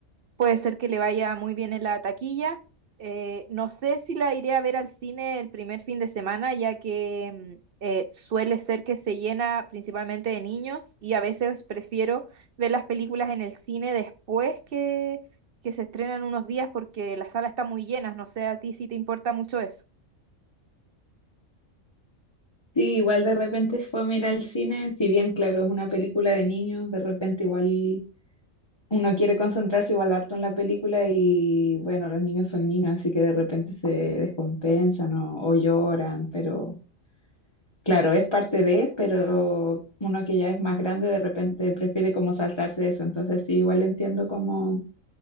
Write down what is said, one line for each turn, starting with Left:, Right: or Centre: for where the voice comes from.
Right: Puede ser que le vaya muy bien en la taquilla. Eh, no sé si la iré a ver al cine el primer fin de semana, ya que mm, eh, suele ser que se llena principalmente de niños y a veces prefiero ver las películas en el cine después que, que se estrenan unos días porque la sala está muy llena. No sé a ti si te importa mucho eso.
Left: Sí, igual de repente fue a mirar al cine, si bien claro, es una película de niños, de repente igual uno quiere concentrarse igual harto en la película y bueno, los niños son niños, así que de repente se descompensan o, o lloran, pero claro, es parte de, pero uno que ya es más grande de repente prefiere como saltarse eso, entonces sí, igual entiendo como